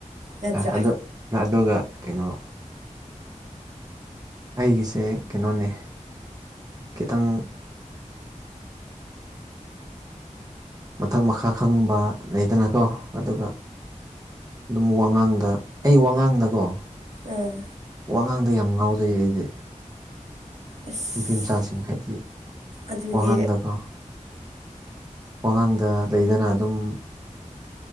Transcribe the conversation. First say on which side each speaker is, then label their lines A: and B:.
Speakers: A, on the right (about 60°); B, on the right (about 25°).
A: ꯅꯠꯇ꯭ꯔꯥ
B: ꯑꯗꯨ ꯑꯗꯨꯒ ꯀꯩꯅꯣ ꯑꯩꯒꯤꯁꯦ ꯀꯩꯅꯣꯅꯦ ꯈꯤꯇꯪ ꯃꯊꯛ ꯃꯈꯥ ꯈꯪꯕ ꯂꯩꯗꯅꯀꯣ ꯑꯗꯨꯒ ꯑꯗꯨꯝ ꯋꯥꯉꯥꯡꯗ ꯑꯩ ꯋꯥꯉꯥꯡꯗꯀꯣ
A: ꯑꯥ
B: ꯋꯥꯉꯥꯡꯗ ꯌꯥꯝ ꯉꯥꯎꯖꯩ ꯑꯩꯗꯤ
A: ꯑꯁ
B: ꯅꯨꯄꯤ ꯃꯆꯥꯁꯤꯡ ꯍꯥꯏꯗꯤ
A: ꯑꯗꯨꯗꯤ
B: ꯋꯥꯉꯥꯡꯗꯀꯣ ꯋꯥꯉꯥꯡꯗ ꯂꯩꯗꯅ ꯑꯗꯨꯝ